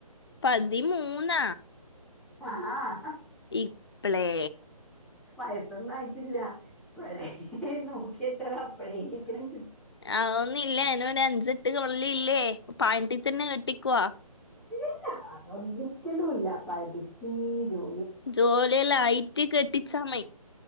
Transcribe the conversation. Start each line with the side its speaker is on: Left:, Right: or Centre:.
Left: പതിമൂന്നാ
Centre: ആഹ്
Left: ഇപ്ളേ
Centre: വയസൊന്നും ആയിട്ടില്ല ഇപ്പഴേ നോക്കിയെച്ചാല അപ്പഴേക്നും
Left: അതൊന്നും ഇല്ല അനെ ഒരു അഞ്ചെട്ട് കൊള്ളി ഇല്ലേ പാൻട്ടീ തന്നെ കെട്ടിക്കോ
Centre: ഇല്ലില്ല അതൊരിക്കലും ഇല്ല പഠിച്ച് ജോ
Left: ജോലി യെല്ല ആയിറ്റ് കെട്ടിച്ചാമയി